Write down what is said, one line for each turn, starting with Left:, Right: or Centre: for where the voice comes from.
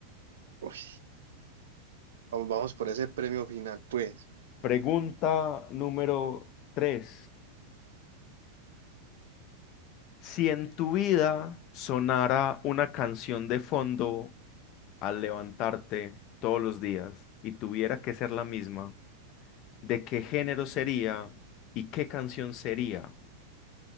Right: Uy, vamos, vamos por ese premio final, pues.
Left: Pregunta número 3: Si en tu vida sonara una canción de fondo al levantarte todos los días y tuviera que ser la misma, de qué género sería y qué canción sería.